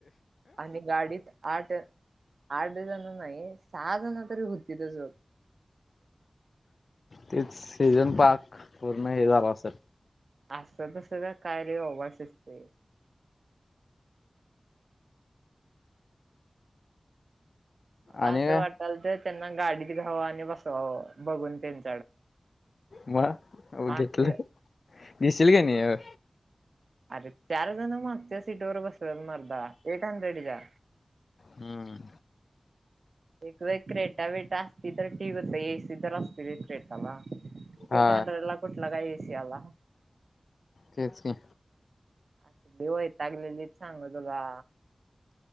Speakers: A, on the right; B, on the left.
A: आणि गाडीत आठ आठ जण नाही सहा जण तरी होतीतच बघ.
B: तीच सीझन पाक पूर्ण हे झालं असंल.
A: असं तसं का काय रे बाबा शिजतंय. मला
B: आणि
A: असं वाटालत त्यांना गाडीत घ्यावं आणि बसवावं बघून त्यांच
B: म
A: मागचे
B: घेतलं, घेशील का नाही अ
A: अरे चार जण मागच्या सीटवर बसलेत मरदा एट हंड्रेडच्या
B: हम्म.
A: एक वेळ क्रेटा वेटा असती तर टीक होत ए सी तर असते रे क्रेटाला.
B: हा
A: एट हंड्रेडला कुठला काय ए सी आला.
B: तेच की
A: असली वैतागलेलीत सांगु तुला.